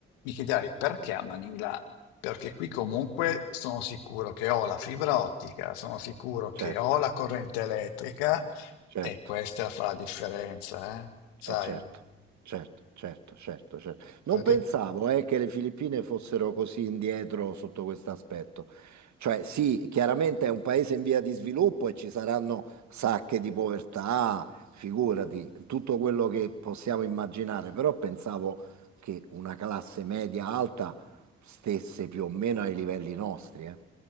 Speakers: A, on the left (about 85°); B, on the right (about 65°).
A: Mi chiederai perché a Manila? Perché qui comunque sono sicuro che ho la fibra ottica, sono sicuro che
B: Certo,
A: ho la corrente elettrica
B: certo,
A: e questa fa la differenza, eh? Sai?
B: eh, certo, certo, certo, certo, certo. Non
A: Perché?
B: pensavo, eh, che le Filippine fossero così indietro sotto questo aspetto. Cioè, sì, chiaramente è un paese in via di sviluppo e ci saranno sacche di povertà, figurati, tutto quello che possiamo immaginare, però pensavo che una classe media alta stesse più o meno ai livelli nostri, eh.